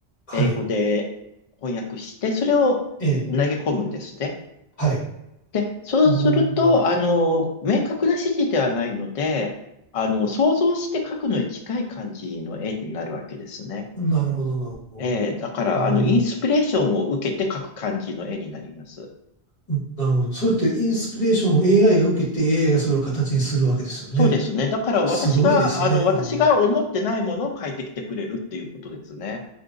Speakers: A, on the left (about 35°); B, on the left (about 50°).
A: はい、
B: 英語で翻訳して、それを
A: ええ、
B: 投げ込むんですね。
A: はい。
B: で、そうすると、
A: おー、
B: あの、明確な指示ではないので、あの、想像して描くのに近い感じの絵になるわけですね。
A: なるほど、なるほど。
B: えーだから、
A: おー、
B: あの、インスピレーションを受けて描く感じの絵になります。
A: うんなるほど。それってインスピレーションを AI が受けて AI がそれを形にするわけですよね。
B: そうですね。だから私が、
A: すごいですね。
B: あの、私が思ってないものを描いてきてくれるっていうことですね。
A: あ